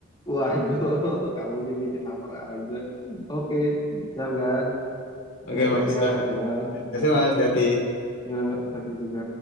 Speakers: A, on the left; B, on the left.
A: Waduh, <laughs> kamu dibikin lapar aja. Oke, siap kan?
B: <laughs> oke
A: Ya, Hati-hati
B: mas siap.
A: ya, jalan.
B: Terima kasih
A: Ya,
B: mas hati-hati
A: ya, tadi juga.